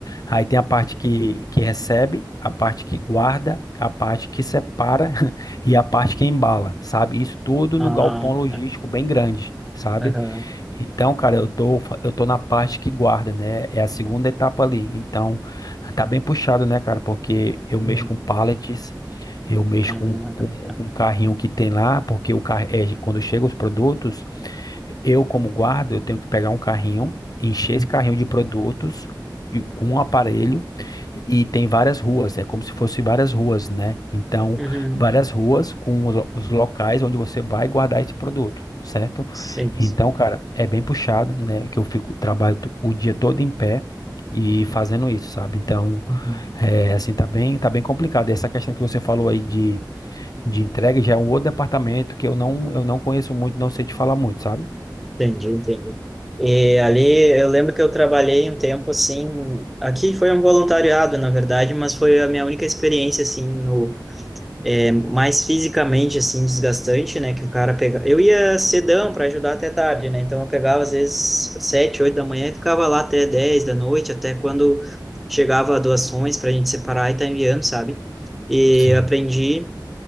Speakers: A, on the left; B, in the centre.
A: aí tem a parte que, que recebe, a parte que guarda, a parte que separa <laughs> e a parte que embala, sabe? Isso tudo
B: Ah,
A: no galpão logístico
B: tá.
A: bem grande. Sabe?
B: Aham.
A: Então, cara, eu tô, fa- eu tô na parte que guarda, né? É a segunda etapa ali. Então, tá bem puxado, né, cara? Porque eu mexo
B: Uhum.
A: com pallets, eu mexo
B: Ah,
A: com, com,
B: tá.
A: com um carrinho que tem lá, porque o carro, é, quando chegam os produtos. Eu, como guarda, eu tenho que pegar um carrinho, encher
B: Uhum.
A: esse carrinho de produtos e com um aparelho e tem várias ruas, é como se fosse várias ruas, né? Então,
B: Uhum.
A: várias ruas com os lo- os locais onde você vai guardar esse produto, certo?
B: Sim.
A: Então, cara, é bem puxado, né? Que eu fico trabalho to- o dia todo em pé e fazendo isso, sabe? Então,
B: Uhum.
A: é, assim, tá bem, tá bem complicado. Essa questão que você falou aí de, de entrega já é um outro departamento que eu não, eu não conheço muito, não sei te falar muito, sabe?
B: Entendi, entendi. E ali eu lembro que eu trabalhei um tempo assim, aqui foi um voluntariado, na verdade, mas foi a minha única experiência assim no é mais fisicamente, assim, desgastante, né? Que o cara pega. Eu ia cedão para ajudar até tarde, né? Então eu pegava às vezes sete, oito da manhã e ficava lá até dez da noite, até quando chegava doações para a gente separar e tá enviando, sabe? E
A: Sim.
B: aprendi,